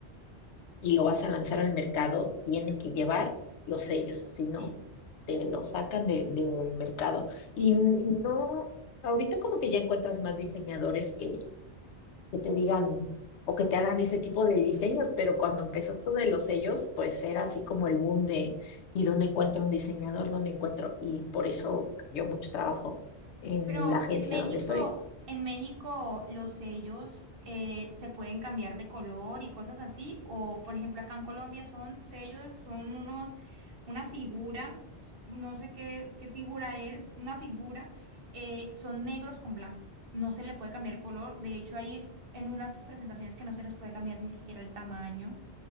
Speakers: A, on the left; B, on the right.
A: y lo vas a lanzar al mercado, tiene que llevar los sellos, si no,
B: sí,
A: te lo sacan de- del mercado. Y,
B: sí.
A: n- y no, ahorita como que ya encuentras más diseñadores que que te digan o que te hagan ese tipo de diseños, pero cuando empezó esto de los sellos, pues era así como el boom de ¿y dónde encuentro un diseñador? ¿Dónde encuentro? Y por eso cayó mucho trabajo en
B: Pero
A: la agencia
B: en México,
A: donde estoy.
B: en México los sellos eh, se pueden cambiar de color y cosas así. O por ejemplo acá en Colombia son sellos, son unos, una figura, no sé qué, qué figura es, una figura, eh, son negros con blanco. No se le puede cambiar el color. De hecho, hay en unas presentaciones que no se les puede cambiar ni siquiera el tamaño.